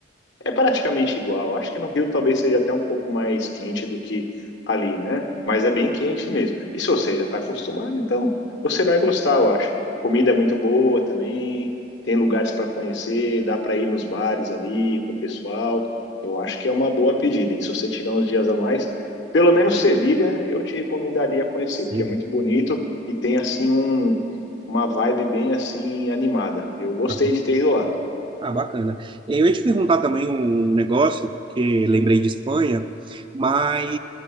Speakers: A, on the left; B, on the right.
A: É praticamente igual. Acho que no Rio talvez seja até um pouco mais quente do que ali, né? Mas é bem quente mesmo. E se você já está acostumado, então você vai gostar, eu acho. Comida é muito boa também, tem lugares para conhecer, dá para ir nos bares ali com o pessoal. Eu acho que é uma boa pedida. E se você tiver uns dias a mais, pelo menos Sevilha, eu te recomendaria
B: <laughs>
A: conhecer,
B: Você
A: porque é muito bonito e tem assim um, uma vibe bem assim animada. Eu gostei
B: vê.
A: de ter ido lá.
B: Ah, bacana. Eu ia te perguntar também um negócio, porque lembrei de Espanha, mas